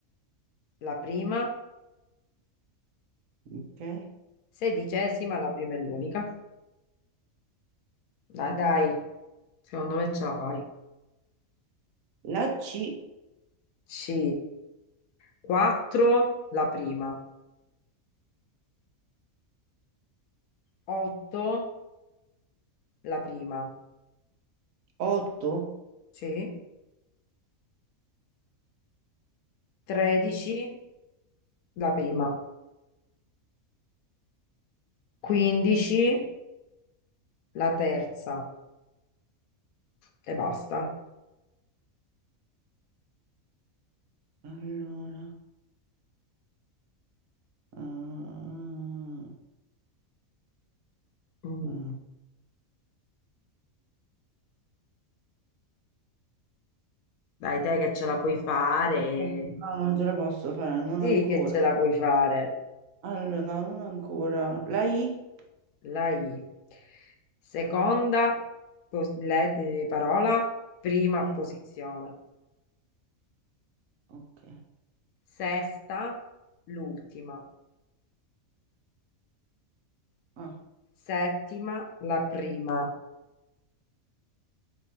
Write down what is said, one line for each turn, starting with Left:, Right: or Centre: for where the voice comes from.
Left: la prima,
Right: ok.
Left: sedicesima, la prima e l'unica. Dai, dai, secondo me ce la fai.
Right: La C,
Left: C. 4 la prima, 8 la prima,
Right: 8.
Left: sì, 13 la prima, 15 la terza e basta.
Right: Allora... ah,
Left: Mm,
Right: ah.
Left: Dai, dai che ce la puoi fare.
Right: No, non ce la posso fare, non
Left: Sì
Right: ancora.
Left: che ce la puoi fare.
Right: Allora, no, non ancora. La I?
Left: La I. Seconda pos- le- eh, parola, prima
Right: No,
Left: posizione.
Right: ok.
Left: Sesta, l'ultima.
Right: Ah.
Left: Settima, la prima.